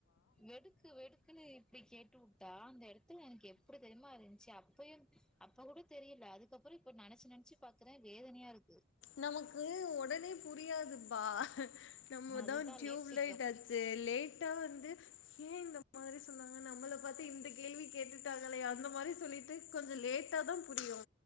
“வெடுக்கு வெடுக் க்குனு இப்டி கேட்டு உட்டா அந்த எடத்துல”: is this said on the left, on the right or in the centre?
Centre